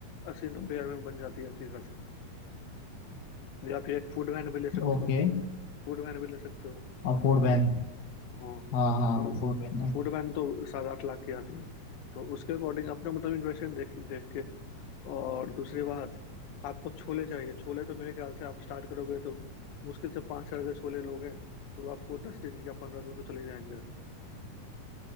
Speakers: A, on the left; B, on the left.
A: अस्सी नब्बे हजार में बन जाती है अच्छी खासी या फिर एक फूड वैन भी ले सकते
B: ओके
A: हो फूड वैन भी ले सकते हो
B: और फूड बैंक
A: हाँ
B: हाँ हाँ
A: तो
B: food bank
A: फूड वैन तो सात आठ लाख की आती है तो उसके अकॉर्डिंग अपना मतलब इन्वेस्टमेंट देख देख के और दूसरी बात आपको छोले चाहिए छोले तो मेरे ख्याल से आप स्टार्ट करोगे तो मुश्किल से पाँच हजार के छोले लोगे तो आपको दस दिन या पंद्रह दिन तो चले जाएंगे